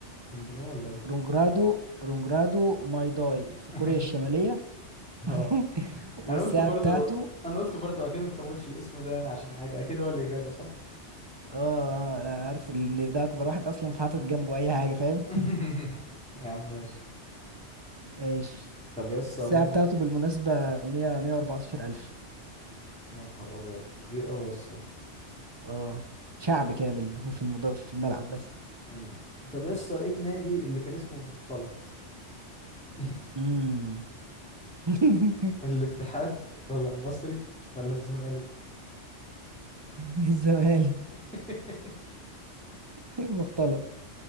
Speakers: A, in the centre; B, on the right (about 25°).
A: ويمبنو ولا ايه
B: رونجرادو رونجرادو ماي داي في
A: <laughs>
B: كوريا الشمالية
A: اه
B: <laughs>
A: انا
B: والساعة
A: قلت برضو
B: بتاعته
A: انا قلت برضو اكيد انت ما قلتش الاسم ده يعني عشان حاجه اكيد هو الاجابه صح
B: اه انا عارف ان ده اكبر واحد اصلا فحاطط جنبه اي حاجة فاهم
A: <laughs> يا عم ماشي
B: ايش
A: طب يسا
B: الساعة
A: مين
B: بتاعته بالمناسبة مية مية واربعتاشر الف
A: يا نهار ابيض كبير اوي يسا ده.
B: اه شعب كامل <laughs> في المضاف في الملعب بس
A: مم. طب يسا ايه النادي اللي كان اسمه المختلط <laughs>
B: امم <laughs>
A: الاتحاد ولا المصري ولا الزمالك
B: الزمالك
A: <laughs>
B: المختلط